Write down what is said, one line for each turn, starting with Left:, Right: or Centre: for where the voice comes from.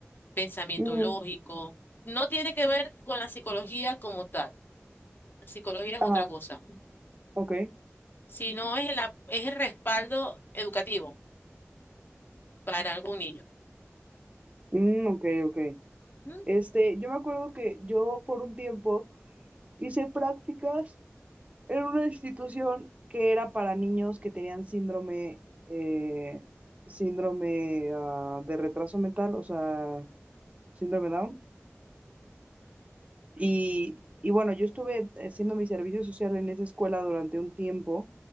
Left: pensamiento
Right: Ujú.
Left: lógico. No tiene que ver con la psicología como tal. La psicología es
Right: Ajá,
Left: otra cosa,
Right: ok.
Left: sino es el, ap- es el respaldo educativo para algún niño.
Right: Mm, ok, ok.
Left: Mm,
Right: Este, yo me acuerdo que yo por un tiempo hice prácticas en una institución que era para niños que tenían síndrome, eh, síndrome ah, de retraso mental, o sea, síndrome Down. Y, y bueno, yo estuve haciendo mi servicio social en esa escuela durante un tiempo